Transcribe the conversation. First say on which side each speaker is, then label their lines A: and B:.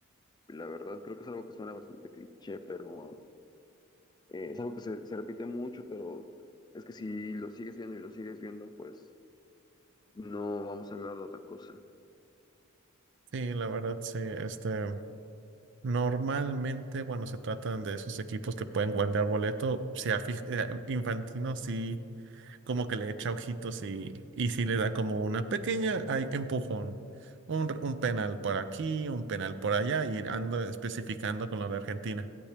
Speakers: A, on the left; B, on the right.
A: La verdad, creo que es algo que suena bastante cliché, pero eh, es algo que se, se repite mucho, pero es que si lo sigues viendo y lo sigues viendo, pues no vamos a hablar de otra cosa.
B: Sí, la verdad, sí. Este, Normalmente, bueno, se tratan de esos equipos que pueden guardar boleto. Se ha fij- eh, Infantino sí, como que le echa ojitos y, y sí le da como una pequeña ay, empujón. Un, r- un penal por aquí, un penal por allá, y ando especificando con lo de Argentina.